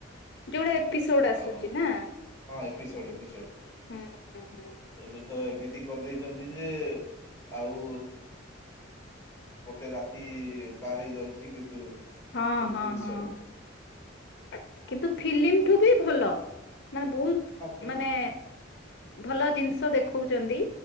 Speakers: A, on the left; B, on the left.
A: ଯୋଉଟା ଏପିସୋଡ ଆସୁଛି
B: ଆଉ
A: ନା
B: ହଁ ଏପିସୋଡ ଏପିସୋଡ
A: ହୁଁ ହୁଁ ହୁଁ ହୁଁ।
B: ଏବେ ତ ଏମିତି କରିଦେଇଛନ୍ତି ଯେ ଆଉ ଗୋଟେ ରାତି ପାର ହେଇ ଯାଉଛି କିନ୍ତୁ
A: ହଁ-ହଁ-ହଁ
B: ୱେବ ସିରିଜ ସରୁନି
A: କିନ୍ତୁ। ଫିଲ୍ମ ଠୁ ବି ଭଲ ମାନେ ବହୁତ
B: ହଁ ଫିଲ୍
A: ମାନେ ଭଲ ଜିନିଷ ଦେଖଉଛନ୍ତି।